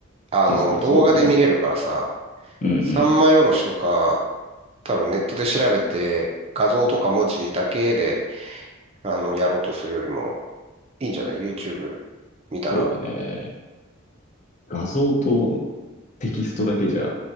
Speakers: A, on the right; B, on the left.
A: あの、
B: 確かにそうだね。
A: 動画で見れるからさ、
B: うんうん。
A: 三枚おろしとか、多分ネットで調べて、画像とか文字だけで、あの、やろうとするよりも、いいんじゃない ?YouTube 見たら。
B: そうだね。画像とテキストだけじゃ、